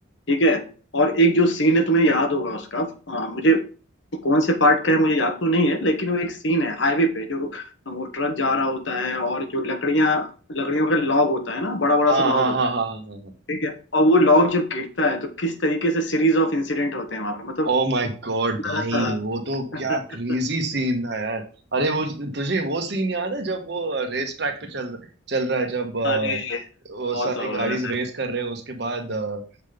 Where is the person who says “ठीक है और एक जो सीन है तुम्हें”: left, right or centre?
Left